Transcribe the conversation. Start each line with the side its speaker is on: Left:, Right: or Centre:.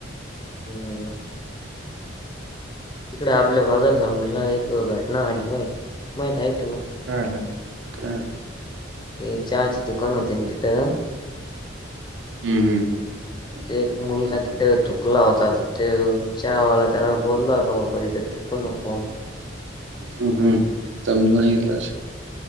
Left: हम्म. ईकडे आपल्या बाजार सग गेला एक घटना आली बाई माहित ऐ तुला.
Right: ले चाले.
Left: हे चहाची दुकान होते तिथं.
Right: हम्म हम्म. हम्म
Left: ते एक मुलगा तिथे थुकला होता ते हावाला त्याला बोलला हो का बाबा इथ. थुकु नको.
Right: हम्म हम् समज
Left: तर
Right: माला.